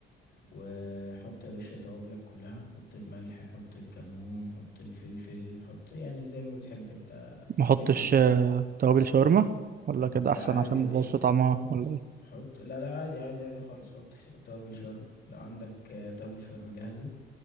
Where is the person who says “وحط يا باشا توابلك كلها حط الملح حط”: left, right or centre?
Left